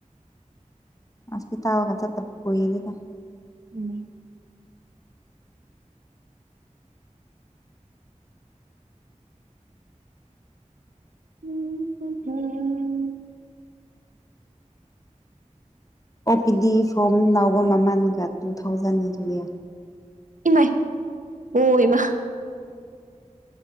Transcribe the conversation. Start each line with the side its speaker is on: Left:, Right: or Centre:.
Left: ꯑꯁꯄꯤꯇꯥꯜꯒ ꯆꯠꯇꯥꯕ ꯀꯨꯏꯔꯦꯗꯥ
Right: ꯎꯝ <unintelligible>
Left: <unintelligible> ꯒꯥꯗꯤ ꯐꯣꯝ ꯂꯥꯎꯕ ꯃꯥꯃꯟꯒ ꯂꯤꯁꯤꯡ ꯑꯅꯤ
Right: ꯏꯃꯥꯏ ꯑꯣ ꯏꯃꯥ